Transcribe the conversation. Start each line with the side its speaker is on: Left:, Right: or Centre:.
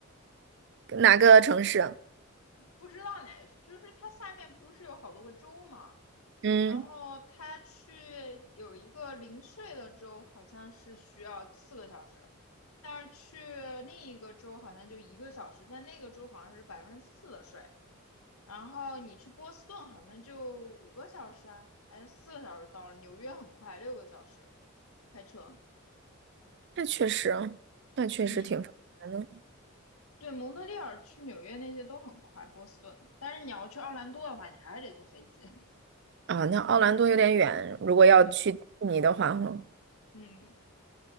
Right: 哪个城市啊？
Left: 不知道哪个，就是它下面不是有好多个州嘛？
Right: 嗯，
Left: 然后它去有一个零税的州，好像是需要四个小时，但是去另一个州好像就一个小时，但那个州好像是百分之四的税。然后你去波斯顿好像就五个小时啊，还是四个小时到了。纽约很快，六个小时开车。
Right: 那确实，那确实挺烦的。
Left: 嗯，对，蒙特利尔去纽约那些都很快，波斯顿。但是你要去奥兰多的话，你还是得坐飞机。
Right: 啊、那奥兰多有点远，如果要去迪士尼的话，
Left: <laughs>
Right: 哈。
Left: 嗯嗯，